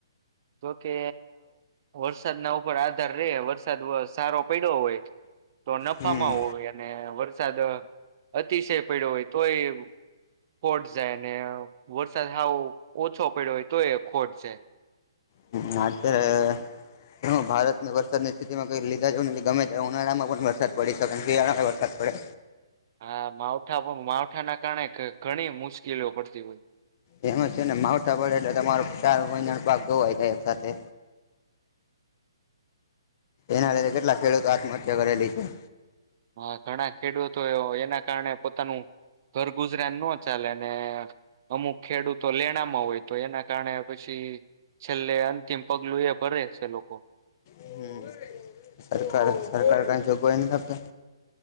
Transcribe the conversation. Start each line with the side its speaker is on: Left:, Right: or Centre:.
Right: જોકે વરસાદના ઉપર આધાર રે વરસાદ સારો પડ્યો હોય તો નફામાં
Left: હમ
Right: હોય અને વરસાદ અતિશય પડ્યો હોય તોય ખોટ જાય ને વરસાદ હાવ ઓછો પડ્યો હોય તો એ ખોટ જાય.
Left: હમ આત્યારે હું ભારતને વરસાદની સ્થિતિમાં કઈ લીધા ગમે ઉનાળામાં પણ વરસાદ પડી શકે શિયાળામાં વરસાદ <unintelligible>
Right: હા માવઠા પણ માવઠા ના કારણે ઘણી મુશ્કેલીઓ પડતી હોય
Left: એમ છે ને માવઠા પડે એટલે તમારો ચાર મહિનાનો પાક જોવાય થાય સાથે. એના લીધે કેટલા ખેડૂતો આત્મહત્યા કરેલી છે.
Right: હા ઘણા ખેડૂતો એ એના કારણે પોતાનું ઘરગુજરાને નો ચાલેને અમુક ખેડૂતો લેણામાં હોય તો એના કારણે પછી છેલ્લે અંતિમ પગલું એ ભરે છે લોકો
Left: હમ સરકાર સરકાર કંઈ‌ જોગવાઈ નથી આપતા!